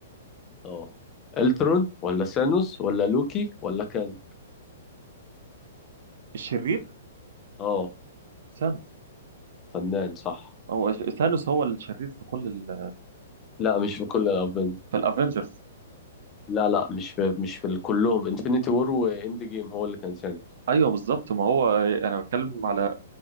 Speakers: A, on the left; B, on the right.
A: اه الترون ولا سانوس ولا لوكي ولا كان
B: الشرير
A: اه
B: ثانوس
A: فنان صح
B: هو ش- ثانوس هو الشرير في كل ال...
A: لا مش في كل الافنجرز
B: في الافنجرز
A: لا لا مش في مش في كلهم انفينيتي وور واند جيم هو اللي كان سانوس
B: ايوه بالظبط ما هو انا بتكلم على